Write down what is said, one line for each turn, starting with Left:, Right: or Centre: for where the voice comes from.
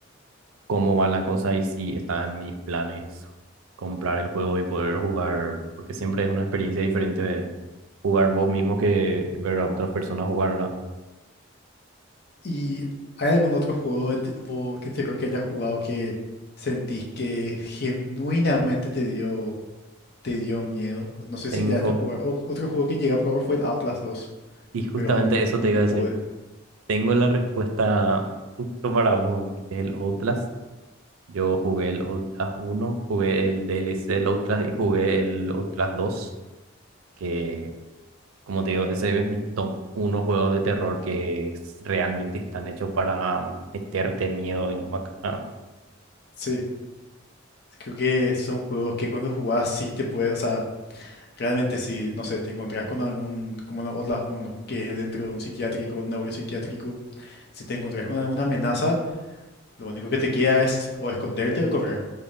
Right: cómo va la cosa y si está en mis planes comprar el juego y poder jugar, porque siempre es una experiencia diferente de jugar vos mismo que ver a otras personas jugar, ¿verdad?
Left: ¿Y hay algún otro juego de te- vos que te creo que hayas jugado que sentís que genuinamente te dio, te dio miedo? No sé
Right: Tengo,
Left: si ya estás jugando. Otro juego que llegué a probar fue el Outlast dos
Right: y justamente
Left: pero
Right: eso te iba
Left: no
Right: a decir,
Left: pude.
Right: tengo la respuesta justo para vos, que es el Outlast. Yo jugué el Outlast uno, jugué el DLC del Outlast y jugué el Outlast dos. que como te digo, ese es mi top unos juegos de terror que s- realmente están hechos para meterte miedo y no matar,
Left: Sí, creo que son juegos que cuando jugás sí te puede, o sea, Realmente si, no sé, te encontrás con algún, como una- otras uno, que es dentro de un psiquiátrico, neuropsiquiátrico, si te encontrás con alguna amenaza, lo único que te queda es o esconderte o correr.